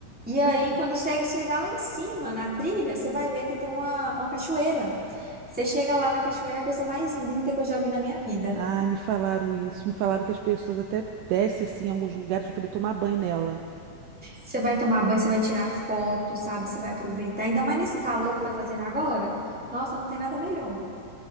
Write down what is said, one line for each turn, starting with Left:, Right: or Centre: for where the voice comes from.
Centre: E aí,
Right: Assim.
Centre: quando você chegar lá em cima na trilha, você vai ver que tem uma, uma cachoeira. Você chega lá na cachoeira, é a coisa mais linda que eu já vi na minha vida.
Right: Ai, me falaram isso. Me falaram que as pessoas até descem assim em alguns lugares para poder tomar banho nela.
Centre: Você vai tomar banho, você vai tirar foto, sabe? Você vai aproveitar. Ainda mais nesse calor que tá fazendo agora. Nossa, não tem nada melhor.